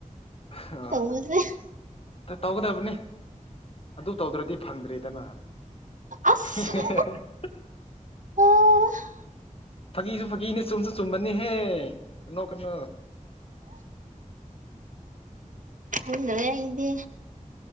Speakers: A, on the left; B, on the right.
A: <unintelligible>
B: ꯇꯧꯕꯁꯦ
A: ꯇ ꯇꯧꯒꯗꯕꯅꯤ ꯑꯗꯨ ꯇꯧꯗ꯭ꯔꯗꯤ ꯐꯪꯗ꯭ꯔꯦꯗꯅ
B: ꯑꯁ
A: <unintelligible>
B: ꯑꯥ
A: ꯐꯥꯒꯤꯁꯨ ꯐꯥꯒꯤꯅꯦ ꯆꯨꯝꯁꯨ ꯆꯨꯝꯕꯅꯤꯍꯦ ꯅꯣꯛꯀꯅꯨ
B: ꯊꯗ꯭ꯔꯦ ꯏꯗꯤ